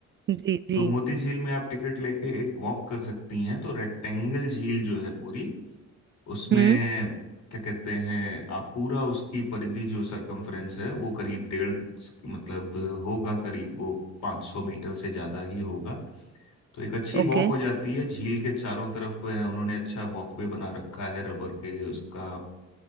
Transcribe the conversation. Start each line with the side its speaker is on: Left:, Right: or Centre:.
Right: जी जी
Left: तो मोती झील में आप टिकट लेके एक वॉक कर सकती हैं तो रेक्टेंगल झील जो है पूरी उसमें
Right: हम्म
Left: क्या कहते हैं आप पूरा उसकी परिधि जो सरकमफ्रेंस है वो करीब डेढ़ मतलब होगा करीब वो 500 मीटर से ज्यादा ही होगा तो एक अच्छी वॉक
Right: ओके
Left: हो जाती है झील के चारों तरफ पे है उन्होंने अच्छा वॉकवे बना रखा है रबर के उसका